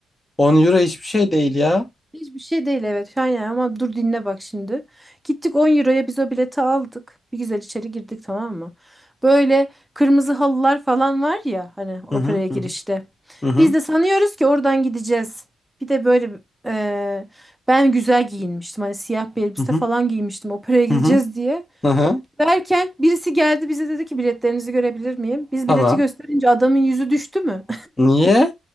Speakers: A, on the left; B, in the centre.
A: 10 euro hiçbir şey değil ya.
B: Hiçbir şey değil evet şu an yani ama dur dinle bak şimdi. Gittik 10 euroya biz o bileti aldık. Bir güzel içeri girdik tamam mı? Böyle kırmızı halılar falan var ya hani operaya
A: Hı hı
B: girişte.
A: hı hı hı
B: Biz de sanıyoruz ki oradan gideceğiz. Bir de böyle e, ben güzel giyinmiştim. Hani siyah bir elbise
A: hı hı
B: falan giymiştim operaya gideceğiz
A: hı hı.
B: diye.
A: hı hı. hı.
B: Derken birisi geldi bize dedi ki biletlerinizi görebilir miyim? Biz
A: Tamam.
B: bileti gösterince adamın yüzü düştü mü?
A: Niye?